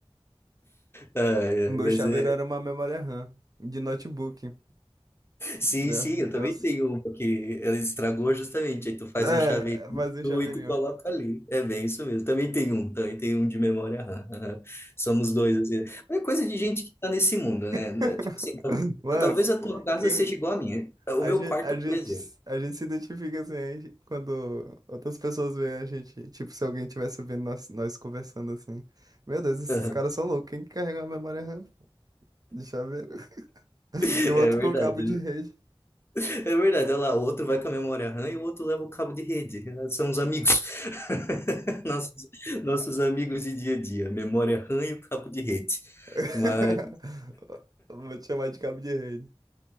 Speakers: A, on the left (about 25°); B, on the right (about 40°).
A: Ah, é,
B: O meu
A: mas
B: chaveiro
A: é,
B: era uma memória RAM de notebook.
A: Sim,
B: né?
A: sim, eu também
B: Eu,
A: tenho uma que ela estragou justamente. Aí tu faz
B: é,
A: um chaveirinho
B: fazia um chaveirinho.
A: e tu coloca ali. É bem isso mesmo. Também tem um, também tem um de memória RAM. Aham. Somos dois, assim. Mas é coisa de gente que tá nesse mundo,
B: <laughs>
A: né? É, Tipo assim, tal-
B: Mas,
A: talvez a tua casa
B: quem,
A: seja igual à minha. é, O
B: A
A: meu
B: gente,
A: quarto,
B: a gente,
A: por exemplo.
B: a gente se identifica assim aí quando outras pessoas veem a gente. Tipo, se alguém estivesse vendo nós, nós conversando assim. Meu Deus, esses
A: Aham.
B: caras são loucos. Quem que carrega a memória RAM? de chaveiro <laughs>
A: <laughs>
B: E o outro
A: É verdade.
B: com cabo de rede.
A: É verdade. Olha lá, o outro vai com a memória RAM e o outro leva o cabo de rede. Ah, São os amigos. <laughs> Nossos, nossos amigos de dia a dia. Memória RAM e o cabo de rede.
B: <laughs>
A: Mas
B: Vou te chamar de cabo de rede.